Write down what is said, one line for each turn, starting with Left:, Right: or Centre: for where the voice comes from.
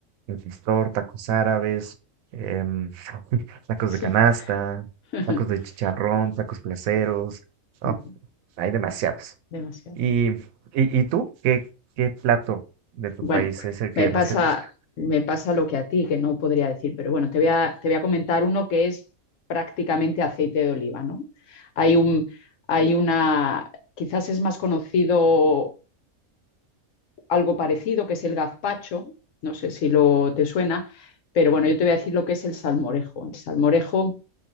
Right: de pastor, tacos árabes, em, <laughs> tacos
Left: Sí,
Right: de canasta,
Left: <laughs>
Right: tacos de chicharrón, tacos placeros. No,
Left: Ujú,
Right: hay demasiados.
Left: demasiado.
Right: ¿Y, y, y tú? ¿Qué, qué plato de tu
Left: Bueno,
Right: país es el que
Left: me pasa,
Right: más te gusta?
Left: me pasa lo que a ti, que no podría decir, pero bueno, te voy a, te voy a comentar uno que es prácticamente aceite de oliva, ¿no? Hay un, hay una, quizás es más conocido algo parecido, que es el gazpacho, no sé si lo te suena, pero bueno, yo te voy a decir lo que es el salmorejo. El salmorejo